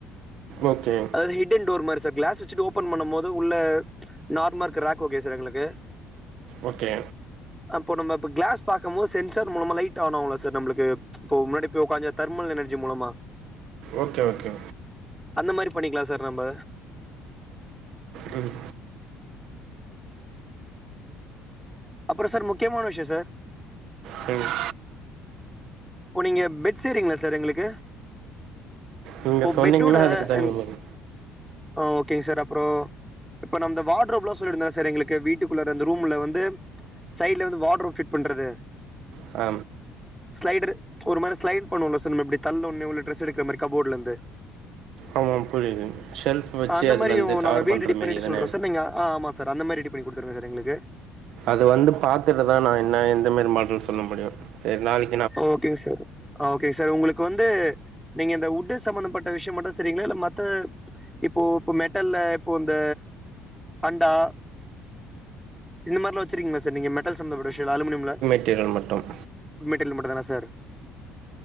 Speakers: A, on the right; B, in the centre.
A: ஓகே
B: அதாவது ஹிட்டன் டோர் மாரி சார் கிளஸ் வச்சிட்டு ஓப்பன் பண்ணுபோது உள்ள நார்மலா ருக்கிற ராக் ஓகே சார் எங்களுக்கு
A: ஓகே
B: அப்போ நம்ம இப்ப கிளாஸ் பார்க்குபோது சென்சார் மூலமா லைட் ஆணாகுல்ல சார் நம்மளுக்கு இப்போ முன்னாடி போய் உட் தர்மல் எனர்ஜி மூலமா
A: ஓகே ஓகே
B: அந்த மாரி பண்ணிக்கலா சார் நம்ப
A: ம்
B: அப்புறம் சார் முக்கியமான விஷய சார்
A: தங்கியூ
B: ஓ நீங்க பெட் செய்றீங்களா சார் எங்களுக்கு
A: நீங்க
B: இப்போ
A: சொன்னீங்கன்னா
B: பெட்டோட
A: அதுக்கு தகுந்த
B: இந்
A: மாரி
B: ஆ ஓகே சார் அப்புற இப்ப நா அந்த வார்ட்ரோப் <unintelligible> சார் எங்களுக்கு வீட்டுக்குள்ள அந்த ரூம்ல வந்து சைட்ல வந்து வார்ட்ரோப் பிட் பண்றது
A: அ
B: ஸ்லைடர் ஒரு மாரி ஸ்லைட் பண்ணோல சார் நம்ம எப்டி தள்ள ஒன்னே உள்ள ட்ரெஸ் எடுக்கிற மாரி கபோ்ட்ல இருந்து
A: ஆமாம் புரியுது ஷெல்ஃப் வச்சு
B: அந்த
A: அதுலருந்து
B: மாரியு
A: கவர்
B: நாங்க வீடு
A: பண்ற
B: ரெடி பண்ணிட்டு
A: மாரி தான
B: சொல்றோ சார் நீங்க ஆ ஆமா சார் அந்த மாரி ரெடி பண்ணி குடுத்துடுங்க சார் எங்களுக்கு
A: அது வந்து பாத்துட்டுதா நா என்ன எந்த மாரி மாடல்ன் சொல்ல முடியு சரி நாளைக்
B: ஓகே சார் ஆ ஓகே சார் உங்களுக் கொண்டு நீங்க இந்த உட்டு சம்பந்தப்பட்ட விஷ்யம் மட்டு செரிங்களா இல்ல மத்த இப்போ இப்ப மெட்டல்ல இப்போ இந்த அண்டா இந்த மார்ல்லா வச்சிருக்கீங்களா சார் நீங்க மெட்டல் சம்பந்தபட்ட விஷ்யம் அலுமினியம்ல
A: பட்டியல் மட்டும்
B: தில் மட்டு தானா சார்